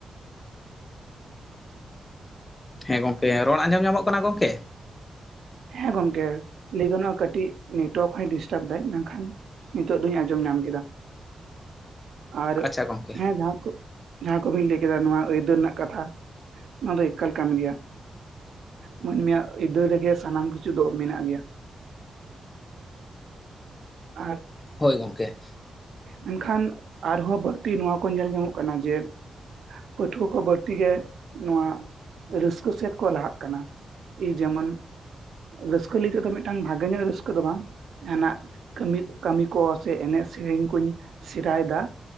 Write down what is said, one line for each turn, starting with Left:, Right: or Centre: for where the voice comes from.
Left: ᱦᱮᱸ ᱜᱚᱝᱠᱮ ᱨᱚᱲ ᱟᱸᱡᱚᱢ ᱧᱟᱢᱚᱜ ᱠᱟᱱᱟ ᱜᱚᱝᱠᱮ?
Right: ᱦᱮᱸ ᱜᱚᱝᱠᱮ ᱞᱟᱹᱭ ᱜᱟᱱᱚᱜᱼᱟ ᱠᱟᱹᱴᱤᱡ ᱱᱮᱴᱣᱟᱨᱠ ᱦᱚᱸᱭ ᱰᱤᱥᱴᱟᱵᱽ ᱫᱟᱭ᱾ ᱢᱮᱱᱠᱷᱟᱱ ᱱᱤᱛᱚᱜ ᱫᱚᱧ ᱟᱸᱡᱚᱢ ᱧᱟᱢ ᱠᱮᱫᱟ᱾
Left: <inaudible>
Right: ᱟᱨ
Left: ᱟᱪᱪᱷᱟ ᱜᱚᱢᱠᱮ
Right: ᱦᱮᱸ ᱡᱟᱦᱟᱸ ᱠᱚ ᱡᱟᱦᱟᱸ ᱠᱚᱵᱤᱱ ᱞᱟᱹᱭ ᱠᱮᱫᱟ ᱱᱚᱣᱟ ᱟᱹᱭᱫᱟᱹᱨ ᱨᱮᱱᱟᱜ ᱠᱟᱛᱷᱟ, ᱱᱚᱣᱟ ᱫᱚ ᱮᱠᱟᱞ ᱠᱟᱱ ᱜᱮᱭᱟ᱾ ᱢᱟᱹᱱᱢᱤᱭᱟᱜ ᱟᱹᱫᱟᱹᱨ ᱨᱮᱜᱮ ᱥᱟᱱᱟᱢ ᱠᱤᱪᱷᱩ ᱫᱚ ᱢᱮᱱᱟᱜ ᱜᱮᱭᱟ᱾ ᱟᱨ
Left: ᱦᱳᱭ ᱜᱚᱝᱠᱮ᱾
Right: ᱢᱮᱱᱠᱷᱟᱱ ᱟᱨᱦᱚᱸ ᱵᱟᱹᱲᱛᱤ ᱱᱚᱣᱟ ᱠᱚ ᱧᱮᱞ ᱧᱟᱢᱚᱜ ᱠᱟᱱᱟ ᱡᱮ ᱯᱟᱹᱴᱷᱩᱣᱟᱹ ᱠᱚ ᱵᱟᱹᱲᱛᱤ ᱜᱮ ᱱᱚᱶᱟ ᱨᱟᱹᱥᱠᱟᱹ ᱥᱮᱫ ᱠᱚ ᱞᱟᱦᱟᱜ ᱠᱟᱱᱟ᱾ ᱤ ᱡᱮᱢᱚᱱ ᱨᱟᱹᱥ ᱠᱟᱹ ᱞᱟᱹᱜᱤᱫ ᱫᱚ ᱢᱤᱫᱴᱟᱝ ᱵᱷᱟᱜᱮ ᱧᱚᱜ ᱨᱟᱹᱥᱠᱟᱹ ᱫᱚ ᱵᱟᱝ ᱡᱟᱦᱟᱱᱟᱜ ᱠᱟᱹᱢᱤ, ᱠᱟᱹᱢᱤ ᱠᱚ ᱥᱮ ᱮᱱᱮᱡ ᱥᱮᱨᱮᱧ ᱠᱩᱧ ᱥᱮᱨᱟᱭᱮᱫᱟ᱾